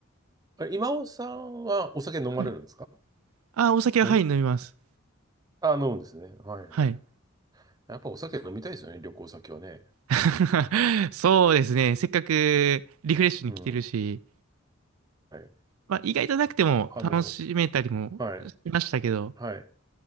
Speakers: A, on the right; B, on the right.
A: え今尾さんはお酒飲まれるんですか
B: はい。あー、お酒は、
A: 飲む
B: はい、飲みます。
A: あ、飲むんですね。はいはい。
B: はい。
A: やっぱお酒飲みたいですよね、旅行先はね。
B: <laughs> そうですね。せっかくリフレッシュに来てるし、
A: うん。はい。
B: まあ、意外となくても楽しめたりもしましたけど、
A: あの、はい。はい。